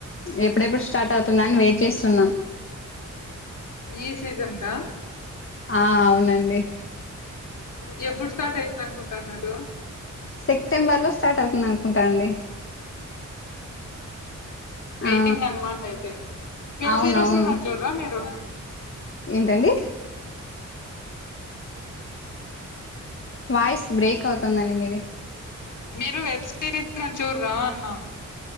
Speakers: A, on the left; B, on the left.
A: ఎప్పుడెప్పుడు స్టార్ట్ అవుతుంద అని వెయిట్ చేస్తున్నాం
B: ఈ సీజన్ కా
A: ఆ అవునండి
B: ఇంకేప్పుడు స్టార్ట్ అయితుంది అనుకుంటాన్నారు
A: సెప్టెంబర్ లో స్టార్ట్ అవుతుంది అనుకుంటా అండి
B: వెయిటింగ్
A: ఆ
B: అన్మాట అయితే వెబ్
A: అవునవును
B: సీరీస్ గూడ చూ రా మీరు
A: ఏంటండి వాయిస్ బ్రేక్ అవుతుందండి మీది
B: మీరు వెబ్ సిరీస్ లని చూడరా అన్నా